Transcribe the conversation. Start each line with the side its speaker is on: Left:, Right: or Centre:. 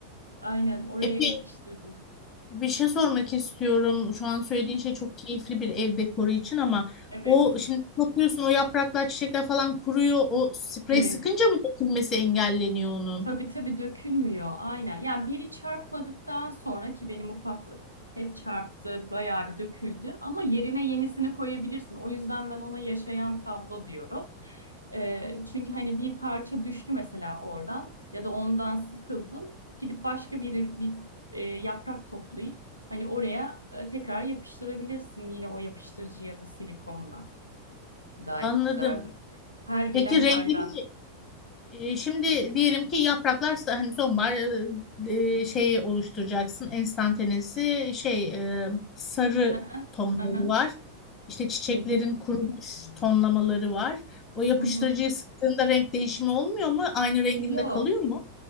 Right: aynen oraya
Left: Epey
Right: yapıştırdım.
Left: Bir şey sormak istiyorum. Şu an
Right: Hı
Left: söylediğin
Right: hı.
Left: şey çok keyifli bir ev dekoru için ama
Right: Evet,
Left: o şimdi topluyorsun o yapraklar, çiçekler falan kuruyor. O sprey
Right: evet.
Left: sıkınca mı dökülmesi engelleniyor onun?
Right: Tabii tabii dökülmüyor aynen. Yani biri çarpmadıktan sonra ki benim ufaklık hep çarptı, bayağı bir döküldü ama yerine yenisini koyabilirsin. O yüzden ben ona yaşayan tablo diyorum. Ee, çünkü hani bir parça düştü mesela oradan ya da ondan sıkıldın. Gidip başka bir, bir e, yaprak toplayıp hani oraya e, tekrar yapıştırabilirsin yine o yapıştırıcı ya da silikonla. Gayet
Left: Anladım.
Right: güzel duruyor. Her gelen
Left: Peki
Right: hayran.
Left: rengini e, şimdi diyelim ki yapraklar sa- hani sonbahar e, e, şeyi oluşturacaksın. Enstantanesi şey e, sarı
Right: <laughs> Hı hı,
Left: tonları
Right: hı hı,
Left: var. İşte çiçeklerin
Right: hı hı,
Left: kurumuş tonlamaları var. O yapıştırıcıyı
Right: hı hı.
Left: sıktığında renk değişimi olmuyor mu? Aynı renginde
Right: Yok.
Left: kalıyor mu?